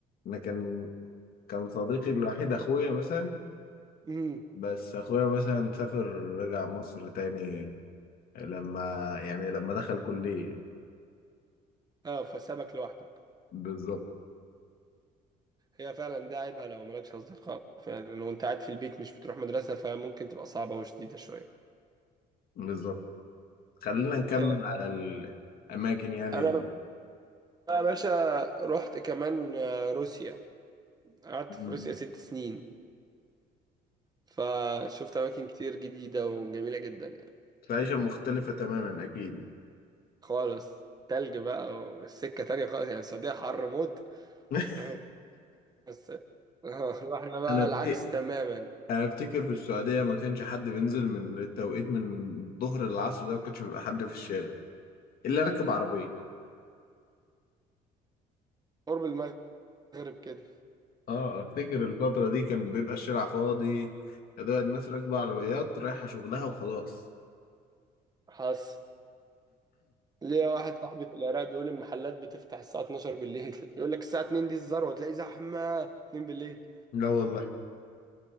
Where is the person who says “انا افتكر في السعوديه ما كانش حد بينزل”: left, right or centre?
Left